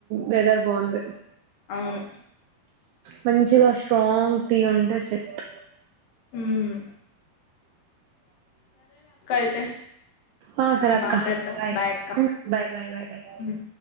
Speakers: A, on the right; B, on the left.
A: వెదర్ బాగుంది
B: అవును
A: మంచిగా స్ట్రాంగ్ టీ ఉంటే సెట్
B: హ్మ్ అయితే
A: ఆ ఆ
B: మళ్ళీ
A: సరే అక్క
B: మాట్లాడతా
A: బాయి
B: బాయ్ అక్క
A: బాయ్ బాయ్ బాయ్
B: ఉమ్